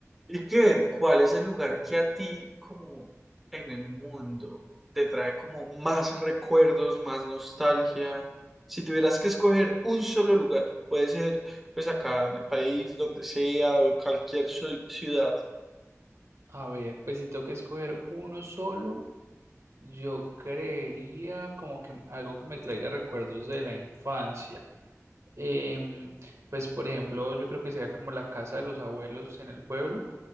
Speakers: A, in the centre; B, on the right.
A: Y que ver cuál es el lugar que a ti, como en el mundo, te trae como más recuerdos, más nostalgia. Si tuvieras que escoger un solo lugar, puede ser pues acá en el país, donde sea, o en cualquier ci- ciudad.
B: A ver, pues si tengo que escoger uno solo, yo creería como que algo que me traiga recuerdos de la infancia. Em, pues por ejemplo, yo creo que sea como la casa de los abuelos en el pueblo,